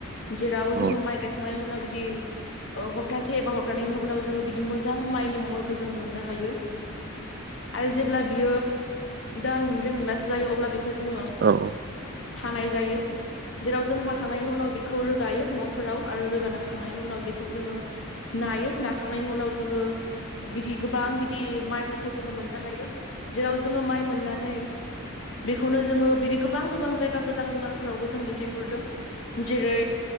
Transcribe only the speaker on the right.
औ
औ औ